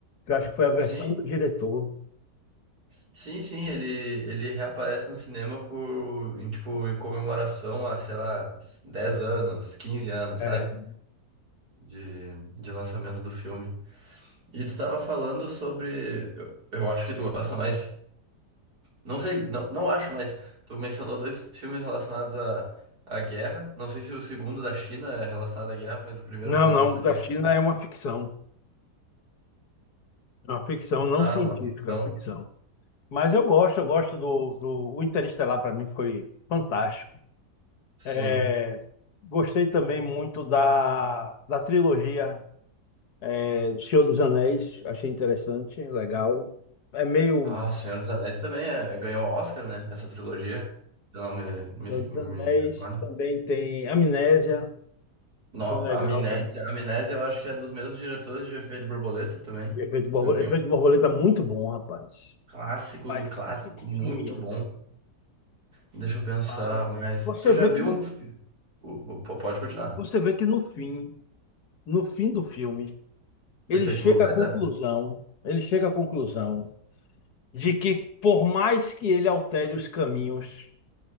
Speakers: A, on the left; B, on the right.
A: que eu acho que foi a versão
B: Sim,
A: do diretor.
B: sim, sim. Ele, ele reaparece no cinema por, em, tipo, em comemoração a, sei lá, 10 anos, 15 anos,
A: É.
B: sabe? De, de lançamento do filme. E tu tava falando sobre. Eu, eu acho que tu gosta mais. Não sei, não, não acho, mas tu mencionou dois filmes relacionados à, à guerra. Não sei se o segundo da China é relacionado à guerra, mas o primeiro,
A: Não,
B: pelo
A: não,
B: menos, tu
A: da
B: disse.
A: China é uma ficção. É uma ficção não
B: Ah,
A: científica,
B: uma ficção.
A: é uma ficção. Mas eu gosto, eu gosto do, do o Interestelar para mim foi fantástico.
B: Sim.
A: É, gostei também muito da, da trilogia é, do Senhor dos Anéis, achei interessante, legal. É meio
B: Ah, Senhor dos Anéis também é, ganhou Oscar, né? Essa trilogia. Eu não me, me,
A: Senhor dos Anéis,
B: me recordo.
A: também tem Amnésia,
B: No,
A: filme legal
B: Amnésia,
A: também.
B: Amnésia eu acho que é dos mesmos diretores de Efeito Borboleta também.
A: E Efeito Borboleta,
B: Também
A: Efeito
B: um
A: Borboleta é muito bom, rapaz.
B: clássico
A: Rapaz,
B: do clássico,
A: que
B: muito
A: filme, é,
B: bom.
A: velho.
B: Deixa eu pensar,
A: Pai.
B: mas
A: Você
B: tu já
A: vê
B: viu
A: que no,
B: um. fi- o- o- po- Pode continuar.
A: você vê que no fim, no fim do filme, ele
B: Efeito
A: chega
B: borboleta?
A: à conclusão, ele chega à conclusão de que por mais que ele altere os caminhos,